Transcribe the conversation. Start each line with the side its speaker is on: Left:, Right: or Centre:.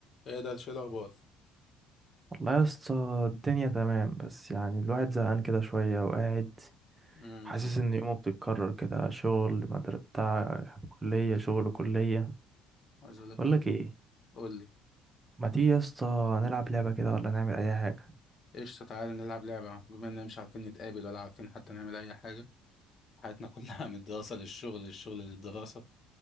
Left: ايه ده شيء الاخبار
Right: والله يا اسطى الدنيا تمام بس يعني الواحد زهقان كده شوية وقاعد
Left: امم
Right: حاسس إن يومه بتتكرر كده شغل مدر بتاع كلية شغل كلية
Left: عايز اقول لك
Right: بقولك
Left: ال...
Right: ايه
Left: قول لي
Right: ما تيجي يا اسطى نلعب لعبة كده ولا نعمل أي حاجة
Left: قشطه تعالى نلعب لعبه بما اننا مش عارفين نتقابل ولا عارفين حتى نعمل اي حاجه حياتنا كلها <laughs> من الدراسه للشغل للشغل للدراسه